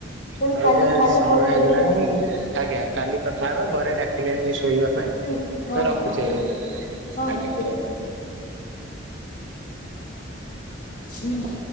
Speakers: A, on the left; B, on the right.
A: ପୁଣି
B: ତ ଏବେ
A: କାଲି କାଲି
B: ସମୟ
A: କଲ୍
B: ହେଇଗଲାଣି
A: କରିବି ଆଉ
B: ଆଜ୍ଞା କାଲି କଥା ହବା ଘରେ ଡାକିଲେଣି ଶୋଇବା ପାଇଁ
A: ଠିକ ହଁ
B: ତ ରଖୁଛି
A: ହଁ ହଁ ଠିକ
B: ଆଜ୍ଞା
A: ଅଛି ହଁ
B: ଆଜ୍ଞା।
A: ହଁ ଠିକ ହୁଁ।